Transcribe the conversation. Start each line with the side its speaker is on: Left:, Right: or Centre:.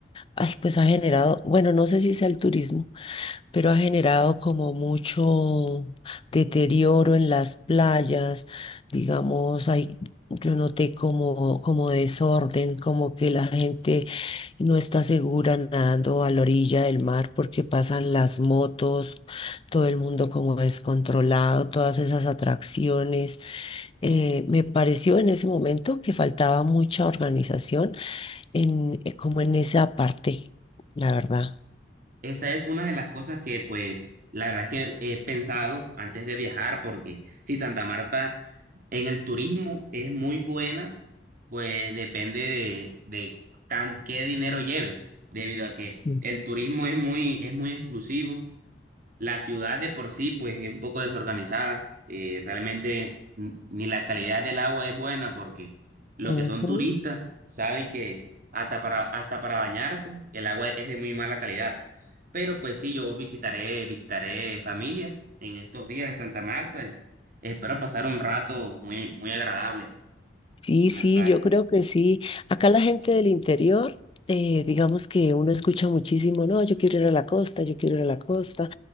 Left: ay, pues ha generado, bueno, no sé si sea el turismo, pero ha generado como mucho deterioro en las playas, digamos, hay, yo noté como, como desorden, como que la gente no está segura nadando a la orilla del mar porque pasan las motos, todo el mundo como descontrolado, todas esas atracciones. Eh, me pareció en ese momento que faltaba mucha organización en, eh, como en esa parte, la verdad.
Right: Esa es una de las cosas que, pues, la verdad es que he pensado antes de viajar, porque si Santa Marta en el turismo es muy buena, pues depende de, de tan, qué dinero lleves, debido a que
Left: Mm.
Right: el turismo es muy, es muy exclusivo. La ciudad de por sí, pues, es un poco desorganizada. Eh, realmente n- ni la calidad del agua es buena porque los
Left: Ujú.
Right: que son turistas saben que hasta para, hasta para bañarse el agua es de muy mala calidad. Pero pues sí, yo visitaré, visitaré familia en estos días en Santa Marta y espero pasar un rato muy, muy agradable
Left: Sí,
Right: en
Left: sí,
Right: las playas.
Left: yo creo que sí. Acá la gente del interior, eh, digamos que uno escucha muchísimo, no, yo quiero ir a la costa, yo quiero ir a la costa.